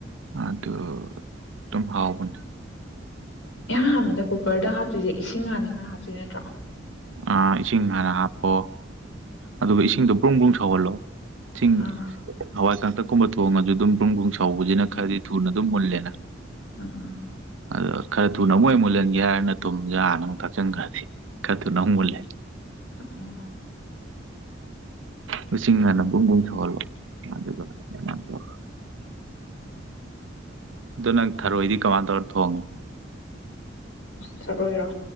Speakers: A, on the right (about 85°); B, on the left (about 80°).
A: ꯑꯗꯨ ꯑꯗꯨꯝ ꯍꯥꯎꯕꯅꯦ
B: ꯑꯍꯥꯟꯕꯗ ꯀꯨꯀꯔꯗ ꯍꯥꯞꯇꯣꯏꯁꯦ ꯏꯁꯤꯡ ꯍꯥꯟꯅ ꯈꯔ ꯍꯥꯞꯇꯣꯏ ꯅꯠꯇ꯭ꯔꯣ
A: ꯑ ꯏꯁꯤꯡ ꯍꯥꯟꯅ ꯍꯥꯞꯄꯣ ꯑꯗꯨꯒ ꯏꯁꯤꯡꯗꯣ ꯄꯕ꯭ꯔꯨꯡ ꯄꯕ꯭ꯔꯨꯡ ꯁꯧꯍꯜꯂꯣ ꯊꯁꯤꯡ
B: ꯑꯥ
A: ꯍꯋꯥꯏ ꯀꯥꯡꯇꯛꯀꯨꯝꯕ ꯊꯣꯡꯉꯁꯨ ꯑꯗꯨꯝ ꯕ꯭ꯔꯨꯝ ꯕ꯭ꯔꯨꯝ ꯁꯥꯎꯁꯤꯅ ꯈꯔꯗꯤ ꯊꯨꯅ ꯑꯗꯨꯝ ꯃꯨꯜꯂꯦꯅ
B: ꯎꯝ ꯎꯝ
A: ꯑꯗꯣ ꯈꯔ ꯊꯨꯅ ꯑꯃꯨꯛꯣꯏ ꯃꯨꯜꯍꯟꯒꯦ ꯍꯥꯏꯔꯅ ꯊꯨꯝ ꯌꯥꯅ ꯑꯃꯨꯛ ꯊꯥꯛꯆꯟꯈ꯭ꯔꯗꯤ ꯀꯗꯨꯅꯕ ꯂꯩꯦ
B: ꯑꯣ
A: ꯂꯤꯁꯤꯡ ꯍꯟꯅꯕꯨꯡꯕꯨꯝ ꯁꯍꯜꯂꯣ ꯑꯗꯨꯒ ꯑꯗꯨꯃꯥꯏꯅ ꯇꯧ ꯑꯗꯨꯗꯣ ꯅꯪ ꯊꯥꯔꯑꯣꯏꯗꯤ ꯀꯃꯥꯏꯅ ꯇꯧꯔ ꯊꯣꯡꯉꯦ
B: ꯇ ꯑꯣꯏꯔꯣ